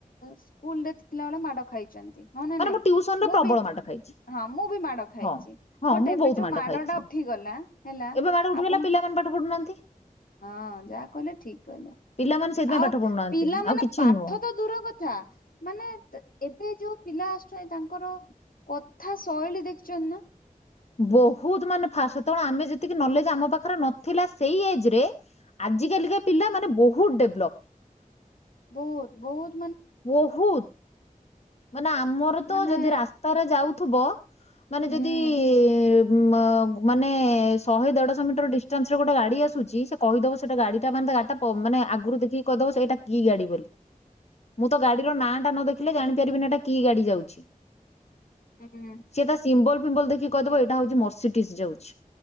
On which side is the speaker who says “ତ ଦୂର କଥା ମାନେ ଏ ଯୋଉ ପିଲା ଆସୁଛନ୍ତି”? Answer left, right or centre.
Left